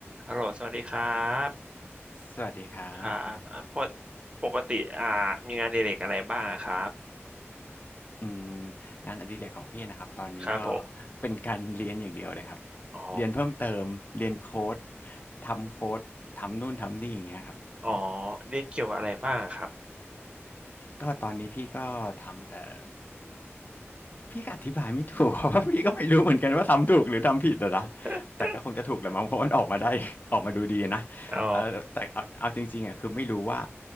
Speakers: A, on the right (about 25°); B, on the left (about 40°).
A: ฮัลโหลสวัสดีครับ
B: สวัสดีครับ
A: ครับอ่าปกปกติอ่ามีงานอดิเรกอะไรบ้างครับ
B: อืมงานอดิเรกของพี่นะครับตอนนี้ก็
A: ครับผม
B: เป็นการเรียนอย่างเดียวเลยครับ
A: อ๋อ
B: เรียนเพิ่มเติมเรียนโค้ดทำโค้ดทำนู่นทำนี่อย่างเงี้ยครับ
A: อ๋อเรียนเกี่ยวกับอะไรบ้างครับ
B: ก็ตอนนี้พี่ก็ทำแต่ พี่ก็อธิบายไม่ถูก <laughs> เพราะว่าพี่ก็ไม่รู้เหมือนกันว่าทำถูกหรือทำผิดอะนะ
A: <laughs>
B: แต่ก็คงจะถูกแหละมั้งเพราะมันออกมาได้ <laughs> ออกมาดูดีนะ
A: อ๋อ
B: เออแต่เอาเอาจริงๆอะคือไม่รู้ว่า